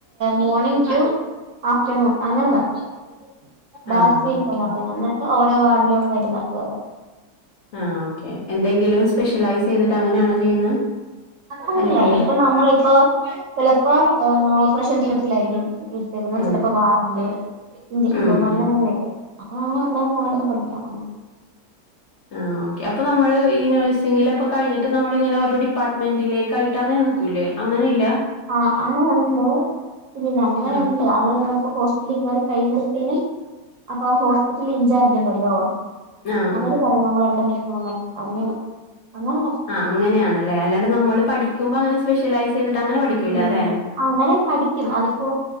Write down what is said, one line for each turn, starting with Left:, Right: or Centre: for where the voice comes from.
Right: മോർണിംഗ് ടു ആഫ്റ്റർനൂൺ അങ്ങനെ നടക്കും <unintelligible>
Left: ആഹ് ഓക്കെ
Right: എന്നിട്ട് ഓരോ വാർഡിലോട്ടായിട്ട് നടന്നു വരാം
Left: ആ ഓക്കെ എന്തെങ്കിലും സ്പെഷ്യലൈസ് ചെയ്തിട്ട് അങ്ങനെയാണോ ചെയ്യുന്നെ
Right: അല്ല
Left: അല്ലെങ്കില്
Right: ഇപ്പൊ നമ്മളെയിപ്പൊ ചെലപ്പോ ഓപ്പറേഷൻ തിയേറ്ററിലായിരിക്കും നിർത്തിയെക്കുന്ന
Left: ഉം
Right: ചിലപ്പോ വാർഡില് ഇഞ്ചെക്ഷൻ
Left: ഉം
Right: റൂം അങ്ങനെ
Left: ഉം
Right: അങ്ങനെക്കെ അപ്പൊ അവിടെനാടെ പഠിക്കാം
Left: ആ ഓക്കെ അപ്പൊ നമ്മള് ഈ നഴ്സിംഗില് അപ്പൊ കഴിഞ്ഞട്ട് നമ്മള് ഇങ്ങനെ ഓരോ ഡിപ്പാർട്ട്മെന്റിലേക്കായിട്ട് അങ്ങനെ നിക്കൂല്ലേ അങ്ങനെ ഇല്ല
Right: ആ അങ്ങനെ ഉണ്ട് ഇല്ലില്ല അങ്ങനെ
Left: ആഹ്
Right: ഉണ്ട് അത് ഞങ്ങൾക്ക് ഹോസ്പി കേറി കയ്യുമ്പോഴേതേനും അപ്പൊ ഹോസ്പിറ്റൽ ഇൻചാർജ് ഉണ്ടല്ലോ
Left: ആഹ്
Right: അവര്
Left: ആഹ്
Right: നമ്മളെവിടെ നിൽക്കണോന്നൊക്കെ അങ്ങനെ അങ്ങനെ നോക്കും
Left: ആ അങ്ങനെയാണല്ലേ അല്ലാണ്ട് നമ്മള് പഠിക്കുമ്പോ അങ്ങനെ സ്പെഷ്യലൈസ് ചെയ്തിട്ട് അങ്ങനെ പഠിക്കൂല
Right: ഇല്ലില്ല
Left: അല്ലെ?
Right: അങ്ങനെ പഠിക്കും അതിപ്പോ